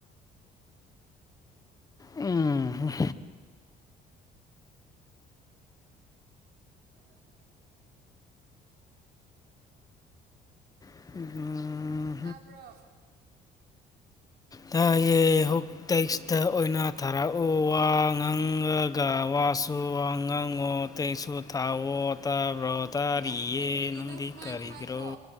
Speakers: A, on the left (about 20°); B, on the right (about 70°).
A: ꯎꯝ
B: ꯌꯥ <unintelligible>
A: ꯑ <unintelligible>
B: ꯇꯥꯕ꯭ꯔꯣ
A: ꯇꯥ ꯌꯦ ꯍꯨꯛ ꯇꯦꯛꯁꯇ ꯑꯣꯏꯅ ꯊꯥꯔꯛꯎ ꯋꯥ ꯉꯥꯡꯉꯒ ꯋꯥꯁꯨ ꯋꯥ ꯉꯥꯡꯉꯨ <unintelligible> ꯁꯨ ꯊꯥꯎꯑꯣ ꯇꯥꯕ꯭ꯔꯣ ꯇꯥꯔꯤꯌꯦ
B: ꯑꯁ ꯀꯔꯤꯒꯤ
A: ꯅꯪꯗꯤ
B: ꯅꯪ ꯁꯨꯃꯥꯏꯅ
A: ꯀꯔꯤꯒꯤꯔꯣ
B: ꯍꯥꯏꯕ꯭ꯔꯣ